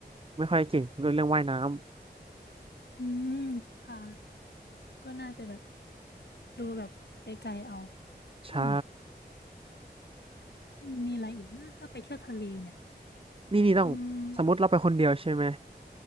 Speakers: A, on the right; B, on the left.
A: ไม่ค่อยเก่งเรื่องว่ายน้ำ
B: อืมค่ะก็น่าจะแบบดูแบบไกลๆเอา
A: ใช่
B: เอออืมมีอะไรอีกนะถ้าไปเที่ยวทะเลเนี่ย
A: นี่นี่ต้องสมมติเราไปคนเดียวใช่ไหม
B: อืม